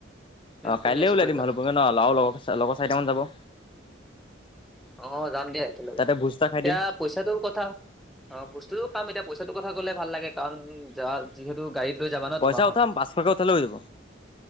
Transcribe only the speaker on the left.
অহ,
কাইলে
উলাই
দিম
ভালুকপুংলে লল লগৰ -লগৰ চাৰিটামান যাব।
তাতে ভোজ এটা খাই
দিম
পইচা
উঠাম পাঁচশকে উঠালে হৈ যাব।